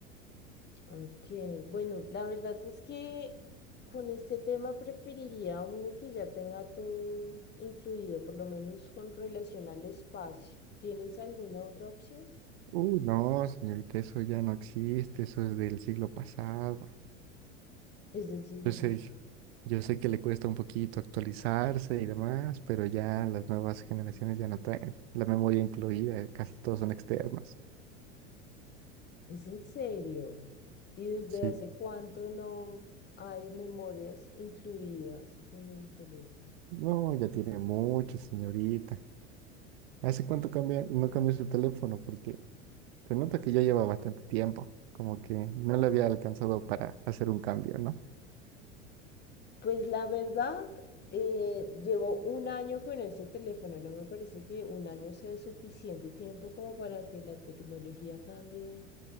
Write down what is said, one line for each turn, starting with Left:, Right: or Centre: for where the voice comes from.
Left: Ok, bueno, la verdad es que con este tema preferiría uno que ya tenga todo incluido, por lo menos con relación al espacio. ¿Tienes alguna otra opción?
Right: Uh, no, señorita, eso ya no existe. Eso es del siglo pasado.
Left: Es del siglo
Right: Yo sé,
Left: pasado.
Right: yo sé que le cuesta un poquito actualizarse y demás, pero ya las nuevas generaciones ya no traen la memoria incluida, casi todos son externas.
Left: ¿Es en serio? ¿Y desde
Right: Sí.
Left: hace cuánto no hay memorias incluidas en el teléfono?
Right: No, ya tiene mucho, señorita. ¿Hace cuánto cambia, no cambió su teléfono? Porque se nota que ya lleva bastante tiempo, como que no le había alcanzado para hacer un cambio, ¿no?
Left: Pues la verdad, eh, llevo un año con este teléfono. No me parece que un año sea suficiente tiempo como para que la tecnología cambie